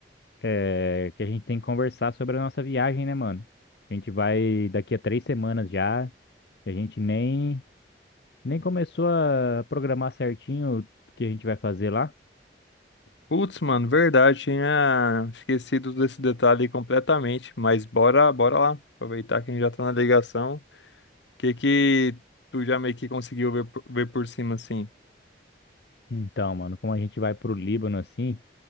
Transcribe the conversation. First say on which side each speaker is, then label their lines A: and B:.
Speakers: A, on the left; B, on the left.
A: É, que a gente tem que conversar sobre a nossa viagem, né, mano? A gente vai daqui a três semanas já, a gente nem, nem começou a programar certinho o que a gente vai fazer lá.
B: Putz, mano, verdade, tinha esquecido desse detalhe completamente, mas bora, bora lá, aproveitar que a gente já tá na ligação. O que que tu já meio que conseguiu ver, por- ver por cima, assim?
A: Então, mano, como a gente vai pro Líbano, assim,